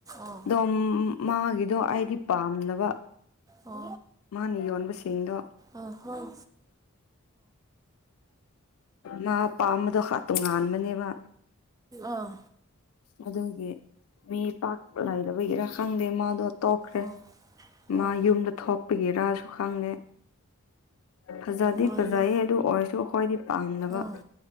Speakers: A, on the right; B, on the left.
A: ꯑꯥ
B: ꯑꯣ ꯃꯥꯒꯤꯗꯣ ꯑꯩꯗꯤ ꯄꯥꯝꯗꯕ
A: ꯑꯥ
B: ꯃꯥꯅ ꯌꯣꯟꯕꯁꯤꯡꯗꯣ
A: ꯑꯥ ꯍꯣꯏ
B: ꯃꯥ ꯄꯥꯝꯕꯗꯣ ꯈꯛ ꯇꯣꯉꯥꯟꯕꯅꯦꯕ
A: ꯑꯥ
B: ꯑꯗꯨꯒꯤ ꯃꯤ ꯄꯥꯛ ꯂꯩꯗꯕꯒꯤꯔꯥ ꯈꯪꯗꯦ ꯃꯥꯗꯣ ꯇꯣꯛꯈ꯭ꯔꯦ
A: ꯑꯥ ꯑꯣ
B: ꯃꯥ ꯌꯨꯝꯗ ꯊꯣꯛꯄꯒꯤ ꯔꯥꯁꯨ ꯈꯪꯗꯦ ꯐꯖꯗꯤ
A: ꯃꯥꯜꯂꯦ
B: ꯐꯖꯩꯌꯦ ꯑꯗꯨ ꯑꯣꯏꯔꯁꯨ ꯑꯩꯈꯣꯏꯗꯤ ꯄꯥꯝꯗꯕ
A: ꯑꯥ